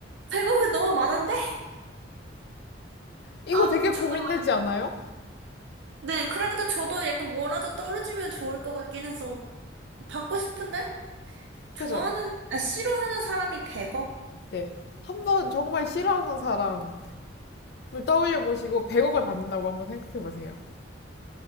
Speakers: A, on the right; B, on the left.
A: 100억은 너무 많은데?
B: 이거
A: 아,
B: 되게 고민되지
A: 잠깐만.
B: 않아요?
A: 네, 그래도 저도 약간 뭐라도 떨어지면 좋을 것 같긴 해서 받고 싶은데? 좋아하는,
B: 그죠?
A: 아, 싫어하는 사람이 100억?
B: 네. 한번 정말 싫어하는 사람을 떠올려 보시고 100억을 받는다고 한번 생각해 보세요.